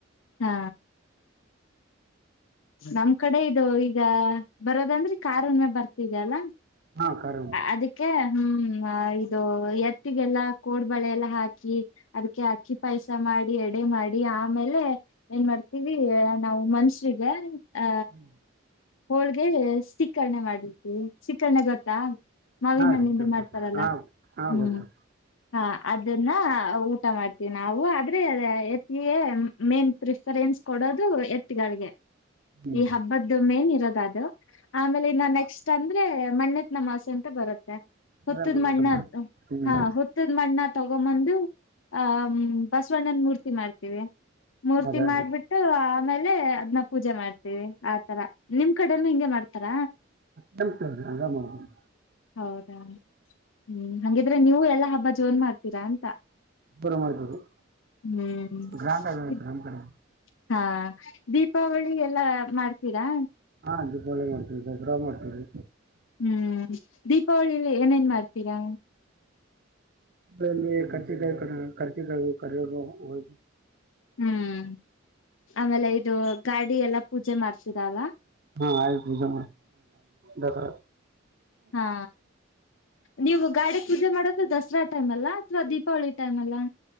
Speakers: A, on the left; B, on the right.
A: ಹಾ ನಮ್ ಕಡೆ ಇದು ಈಗ ಬರೋದಂದ್ರೆ ಕಾರ್ ಹುಣ್ಮೆ ಬರ್ತಿದೆ ಅಲ
B: ಹಾಂ ಖಾರ
A: ಅದಕ್ಕೆ ಹ್ಮ ಇದು ಎತ್ತಿಗೆಲ್ಲಾ ಕೋಡ್ಬಳೆ ಎಲ್ಲ ಹಾಕಿ ಅದಿಕ್ಕೆ ಅಕ್ಕಿ ಪಾಯಸ ಮಾಡಿ ಎಡೆ ಮಾಡಿ ಆಮೇಲೆ ಏನ್ ಮಾಡ್ತೀವಿ ನಾವು ಮನ್ಶ್ರಿಗೆ ಅ
B: ಹ್ಮ್
A: ಹೋಳ್ಗೆ ಸಿಕ್ಕರ್ಣೆ ಮಾಡಿಲ್ತಿ ಸಿಕ್ಕರ್ಣೆ ಗೊತ್ತಾ ಮಾವಿನ
B: ಹಾಂ
A: ನಿಂದು ಮಾಡ್ತಾರಲ್ಲ
B: ಹಾಂ ಹಾಂ
A: ಹ್ಮ್
B: ಗೊತ್ತು
A: ಹ ಅದನ್ನಊ ಇಷ್ಟ ಮಾಡ್ತೀವಿ ನಾವು ಆದ್ರೆ ಎತ್ತಿಗೆ ಮೇನ್ ಪ್ರಿಫರೆನ್ಸ್ ಕೊಡೋದು ಎತ್ತ್ ಗಳಿಗೆ.
B: ಹ್ಞೂ
A: ಈ ಹಬ್ಬದ್ದು ಮೇನ್ ಇರೋದ ಅದು ಆಮೇಲೆ ಇನ್ನ ನೆಕ್ಸ್ಟ್ ಅಂದ್ರೆ ಮಣೆ ನ ಮಾಸೆ ಅಂತ ಬರುತ್ತೆ ಹುತ್ತದ
B: ಅದೇ ಮಣ್ಣು
A: ಮಣ್ಣ
B: ಹ್ಞೂ
A: ಹಾ ಹುತ್ತದ ಮಣ್ಣ ತ ತಗೊಮ್ಮಂದು ಆ ಬಸವಣ್ಣನ ಮೂರ್ತಿ ಮಾಡ್ತೀವಿ. ಮೂರ್ತಿ
B: ಅದೇ ಅದೇ
A: ಮಾಡ್ಬಿಟ್ಟು ಆಮೇಲೆ ಅದ್ನ್ನ ಪೂಜೆ ಮಾಡ್ತೀವಿ. ಆತರ ನಿಮ್ ಕಡೆನು ಹಿಂಗೆ ಮಾಡ್ತಾರ
B: ಸೇಮ್ ಸೇಮ್ ಹಂಗೆ ಮಾಡ್ತೀವಿ
A: ಹೌದಾ ಹ್ಮ್ ಹಂಗಿ ದ್ರೆ ನೀವು ಎಲ್ಲಾ ಹಬ್ಬ ಜೋರ್ ಮಾಡ್ತೀರ ಅಂತ. ಹ್ಮ್
B: ಜೋರು ಮಾಡ್ತೀವಿ ಗ್ರ್ಯಾಂಡ್ ಆಗೈತೆ ನಮ್ಮ ಕಡೆ
A: ಹಾ ದೀಪಾವಳಿ ಎಲ್ಲಾ ಮಾಡ್ತೀರಾ
B: ಹಾ ದೀಪಾವಳಿ ಮಾಡ್ತೀರಿ ದಸರಾ ಮಾಡ್ತೀರಿ
A: ಹ್ಮ್ ದೀಪಾವಳಿಲಿ ಏನೇನ್ ಮಾಡ್ತೀರಾ
B: ಲ್ಲಿ ಕರ್ಚಿಕಾಯಿ ಕ ಕರ್ಚಿಕಾಯ ಕರಿಯ ಹ
A: ಹ್ಮ್ ಆಮೇಲೆ ಇದು ಗಾಡಿ ಎಲ್ಲಾ ಪೂಜೆ ಮಾಡ್ತೀರಲ್ಲ
B: ಹಾ ಆಯುರ್ಜ ದಖರ
A: ಹಾ ನೀವು ಗಾಡಿ ಪೂಜೆ ಮಾಡೋದು ದಸರಾ ಟೈಮ್ ಅಲ್ಲ ಅಥವಾ ದೀಪಾವಳಿ ಟೈಮ್ ಅಲ್ಲಾ